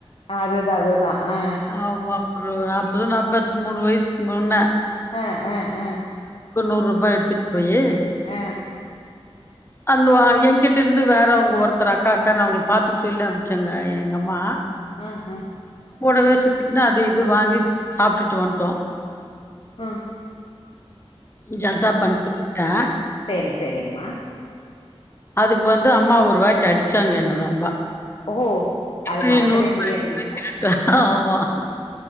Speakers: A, on the left; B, on the left.
A: அதுதா அதுதா ஆ
B: ஆமா ஒரு நாப்பதோ நாப்பத்மூணு வயசுக் முன்ன
A: அ அ அ
B: நூற்ரூபா எடுத்துட்டு போயி
A: ஆ
B: அன்டுவா என்கிட்டருந்து வேறவங்க ஒருத்தர் அக்கா அக்கானு அவங்களுக்கு பாத்துக்க சொல்லி அனுப்ச்சாங்க எங்கம்மா
A: ம்ஹும்
B: கூடவே சுத்திக்கின்னு அது இது வாங்கிட் சாப்டுட்டு வன்ட்டோ
A: ஆ
B: ஜல்சா
A: ஆ
B: பண்ணிட் வுட்டே
A: சேரி சேரிங்மா
B: அதுக்கு வந்து அம்மா ஒருவாட்டி அடிச்சாங்க என்ன ரொம்ப
A: ஓ
B: இப்டியே
A: அது மறக்கவே
B: நூற்ரூபாய்குதா
A: முடியாது இல்லைங்களா
B: கேட்டே ஆமா